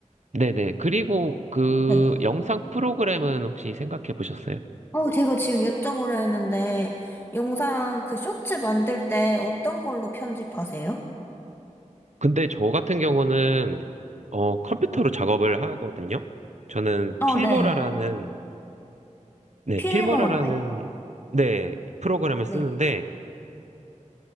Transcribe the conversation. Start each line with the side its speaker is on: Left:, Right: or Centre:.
Right: 네네. 그리고 그
Left: 네.
Right: 영상 프로그램은 혹시 생각해 보셨어요?
Left: 어, 제가 지금 여쭤보려 했는데, 영상 그 쇼츠 만들 때 어떤 걸로 편집하세요?
Right: 근데 저 같은 경우는 어 컴퓨터로 작업을 하거든요. 저는
Left: 어,
Right: 필모라라는
Left: 네.
Right: 네,
Left: 필모라요?
Right: 필모라라는 네, 프로그램을 쓰는데
Left: 네.